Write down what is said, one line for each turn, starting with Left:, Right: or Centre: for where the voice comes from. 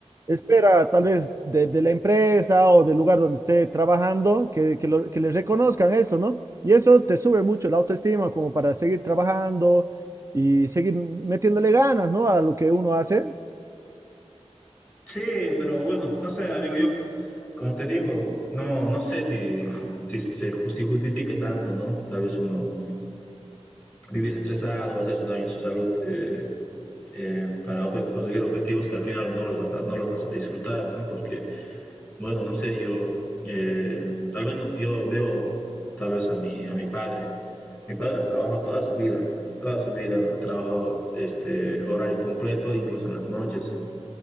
Right: espera tal vez de, de la empresa o del lugar donde esté trabajando que, que, lo- que le reconozcan esto, ¿no? Y eso te sube mucho la autoestima como para seguir trabajando y seguir metiéndole ganas, ¿no? A lo que uno hace.
Centre: Sí, pero bueno, no sé, amigo, yo, como te digo, no, no sé si, si se si justifique tanto, ¿no? Tal vez uno vivir estresado, hacerse daño en su salud eh, eh, para conseguir objetivos que al final no los vas a, no los vas a disfrutar, ¿no? Porque Bueno, no sé, yo, eh, al menos yo veo tal vez a mi, a mi padre. Mi padre ha trabajado toda su vida, toda su vida ha trabajado este horario completo, incluso en las noches.